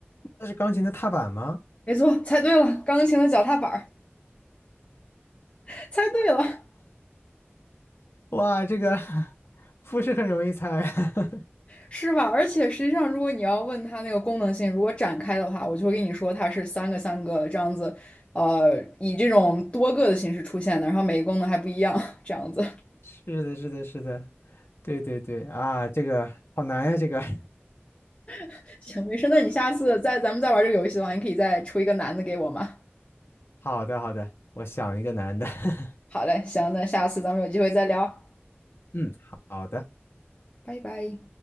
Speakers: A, on the left; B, on the left.
A: 那是钢琴的踏板吗？
B: 没错，猜对了，钢琴的脚踏板儿，<laughs> 猜对了。
A: 哇，这个 <laughs> 不是很容易猜。<laughs>
B: 是吧？而且实际上，如果你要问它那个功能性，如果展开的话，我就会跟你说它是三个三个这样子，呃，以这种多个的形式出现的，然后每个功能还不一样，<laughs> 这样子。
A: 是的，是的，是的，对对对啊，这个好难呀，这个。<laughs>
B: <laughs> 行，没事，那你下次再咱们再玩这个游戏的话，你可以再出一个难的给我吗？
A: 好的，好的，我想一个难的。<laughs>
B: 好嘞，行，那下次咱们有机会再聊，
A: 嗯，好的。
B: 拜拜。